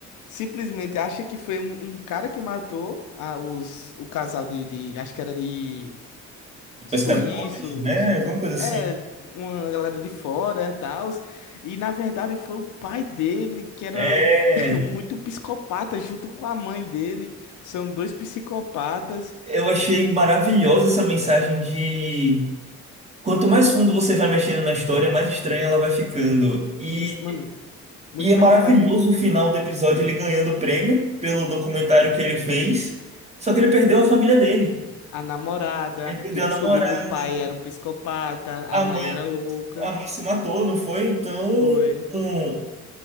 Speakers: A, on the left (about 80°); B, on the right (about 20°).
A: simplesmente acha que foi um, um cara que matou a, os, o casal de, de. Acho que era de suíços,
B: Pescadores, né? Alguma coisa assim.
A: é, uma galera de fora e tal. E na verdade foi o pai dele que era
B: É,
A: <laughs> muito psicopata, junto com a mãe dele. São dois psicopatas.
B: eu achei maravilhosa essa mensagem de quanto mais fundo você vai mexendo na história, mais estranha ela vai ficando. E,
A: E isso, mano, muito
B: e é
A: perturbador.
B: maravilhoso o final do episódio ele ganhando o prêmio pelo documentário que ele fez. Só que ele perdeu a família dele.
A: A namorada,
B: Ele perdeu
A: ele
B: a namorada,
A: descobriu que o pai era um psicopata, a
B: a
A: mãe
B: mãe,
A: era louca.
B: a mãe se matou, não foi? Então,
A: Foi.
B: um,